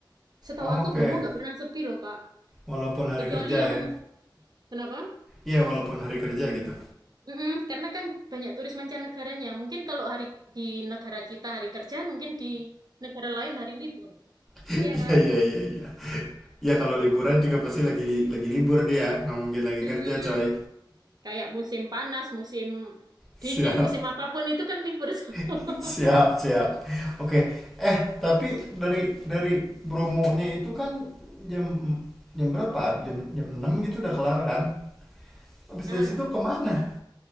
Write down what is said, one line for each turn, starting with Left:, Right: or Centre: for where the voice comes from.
Right: setahu
Centre: Oh,
Right: aku
Centre: oke
Right: Bromo nggak pernah sepi loh kak.
Centre: walaupun hari
Right: Kecuali
Centre: kerja
Right: yang
Centre: ya
Right: kenapa?
Centre: iya walaupun hari kerja gitu
Right: Mm-mm, karena kan banyak turis mancanegaranya. Mungkin kalau hari di negara kita hari kerjaan, mungkin di negara lain hari libur.
Centre: <laughs>
Right: Iya
Centre: iya
Right: kan?
Centre: iya iya iya ya kalau liburan juga pasti lagi li- lagi libur dia nggak mungkin lagi
Right: Mm-mm.
Centre: kerja coy
Right: Kayak musim panas, musim
Centre: siap
Right: dingin, musim apapun itu kan libur semua.
Centre: <laughs> siap
Right: <laughs>
Centre: siap oke eh tapi dari dari bromonya itu kan jam jam berapa jam jam 6 gitu udah kelar kan habis
Right: Nah,
Centre: dari situ kemana